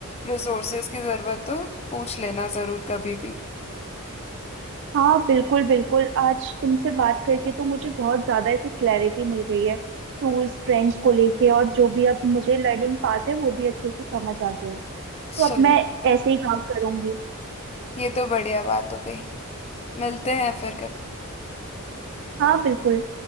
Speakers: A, on the left (about 30°); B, on the right (about 55°).
A: रिसोर्सेज की ज़रूरत हो पूछ लेना ज़रूर कभी भी
B: हाँ बिल्कुल बिल्कुल आज तुमसे बात करके तो मुझे बहुत ज़्यादा ऐसी क्लैरिटी मिल गई है टूल्स ट्रेंड्स को लेके और जो भी अब मुझे लर्निंग पाथ है वो भी अच्छे से समझ आ गया है तो
A: चलो
B: अब मैं ऐसे ही काम करूंगी
A: ये तो बढ़िया बात हो गई मिलते हैं फिर कभी
B: हाँ बिल्कुल